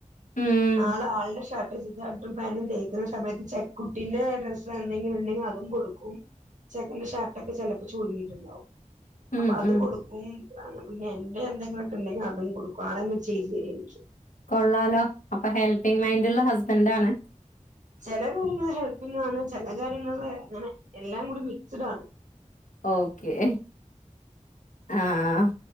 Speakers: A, on the left; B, on the right.
A: ഉം
B: ആള് ആളുടെ ഷർട്ട് ർട്ടും പാൻ്റും തേക്കുന്ന സമയത്ത് ചെ ക്കുട്ടീന്റെ ഡ്രസ്സ് എന്തെങ്കിലും ഉണ്ടെങ്കിൽ അതും കൊടുക്കും ചെക്കന്റെ ഷാർട്ട് ഒക്കെ ചെലപ്പോ ചുളിങ്ങിട്ടുണ്ടാവും
A: ഉം
B: അപ്പൊ അത്
A: ഉം
B: കൊടുക്കും അങ്ങനെ പിന്നെ എന്റെ എന്തെങ്കിലൊക്കെ ഉണ്ടെങ്കിൽ അതും കൊടുക്കും ആളന്നെ ചെയ്തു തര എനിക്ക്
A: കൊള്ളാലോ അപ്പൊ ഹെൽപ്പിങ്മൈൻ്റ്ള്ള ഹസ്ബൻഡ് ആണ്
B: ചില കാര്യങ്ങൾ ഹെൽപ്പിങ് ആണ് ചെല കാര്യങ്ങളിൽ അങ്ങനെ എല്ലാം കൂടി മിക്സ്ഡ് ആണ്
A: ഓക്കേ ആഹ്